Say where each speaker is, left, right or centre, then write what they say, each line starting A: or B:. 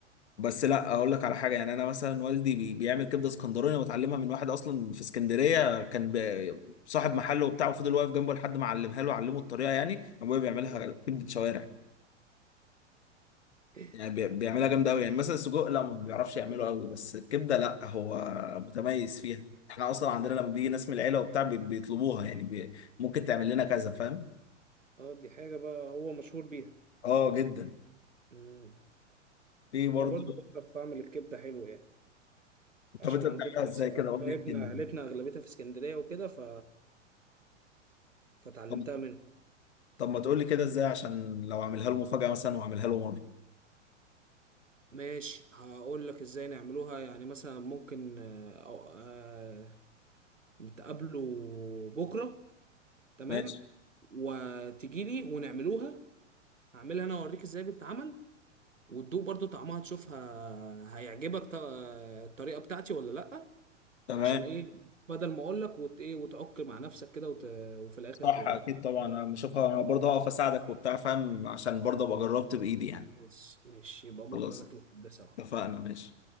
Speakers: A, on the left; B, on the right.
A: بس لا اقول لك على حاجه يعني انا مثلا والدي بي... بيعمل كبده اسكندراني وتعلمها من واحد اصلا في اسكندريه كان ب... صاحب محل وبتاع وفضل واقف جنبه لحد ما علمها له علمه الطريقه يعني ابويا بيعملها
B: آه،
A: كبده شوارع
B: <laughs>
A: يعني بي- بيعملها جامدة أوي يعني مثلا السجق لا
B: آه،
A: ما بيعرفش يعمله
B: فهمت.
A: أوي بس الكبدة لا هو متميز فيها احنا أصلا
B: مم.
A: عندنا لما بيجي ناس من العيلة وبتاع بي- بيطلبوها يعني بي ممكن تعمل لنا كذا فاهم؟
B: اه دي حاجه بقى هو مشهور بيها
A: اه جدا
B: مم.
A: في برضه
B: انا برضو بعرف اعمل الكبده حلو يعني عشان
A: طب أنت
B: عندنا
A: بتعملها إزاي
B: ناس آه،
A: كده قول
B: قرايبنا
A: لي يمكن
B: عيلتنا اغلبيتها في اسكندريه وكده ف فتعلمتها
A: طب
B: منهم
A: طب ما تقول لي كده إزاي عشان لو أعملها له مفاجأة مثلا وأعملها له مرة
B: ماشي هقول لك ازاي نعملوها يعني مثلا ممكن آه، أو- آه، نتقابلوا بكرة تمام
A: ماشي
B: وتجي لي ونعملوها هعملها انا اوريك ازاي بتتعمل وتدوق برضو طعمها تشوفها هيعجبك ط- الطريقة بتاعتي ولا لأ
A: تمام
B: عشان ايه بدل ما اقول لك وت ايه وتعك مع نفسك كده وت... وفي الاخر
A: صح
B: ت...
A: أكيد طبعا أنا بشوفها أنا برضه هقف أساعدك وبتاع فاهم عشان برضه أبقى جربت بإيدي يعني
B: خلاص ماشي يبقى بكرة
A: خلاص
B: ناكله كده سوا
A: اتفقنا ماشي